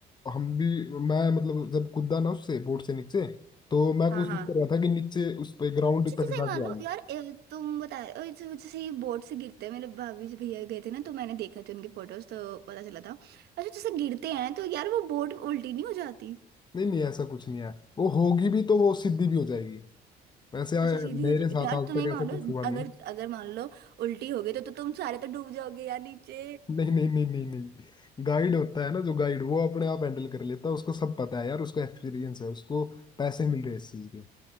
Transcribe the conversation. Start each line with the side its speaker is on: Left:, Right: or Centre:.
Left: हम भी मैं मतलब जब कूदा ना उससे बोट से नीचे तो मैं
Right: हाँ
Left: कोशिश
Right: हाँ
Left: कर रहा था कि नीचे उस पे ग्राउंड
Right: अच्छा
Left: तक
Right: जैसे ही
Left: जाके
Right: मान लो
Left: आऊँ
Right: यार ए, तुम बता अ, जैसे जैसे ही बोट से गिरते हैं मेरे भाभी जी भैया गए थे ना तो मैंने देखा थे उनके फोटोज तो पता चला था अच्छा जैसे गिरते हैं तो यार वो बोट उल्टी नहीं हो जाती
Left: नहीं नहीं ऐसा कुछ नहीं है वो होगी भी तो वो सिद्धि भी हो जाएगी वैसे आ,
Right: अच्छा सीधी
Left: मेरे
Right: हो जाती
Left: साथ
Right: यार
Left: आज
Right: तुम
Left: तक
Right: नहीं मान
Left: ऐसा कुछ
Right: लो
Left: हुआ नहीं
Right: अगर अगर मान लो उल्टी हो गई तो, तो तुम सारे तो डूब जाओगे यार नीचे
Left: नहीं नहीं नहीं नहीं नहीं गाइड होता है ना जो गाइड वो अपने आप हैंडल कर लेता है उसको सब पता है यार उसको एक्सपीरियंस है उसको पैसे मिल रहे हैं इस चीज के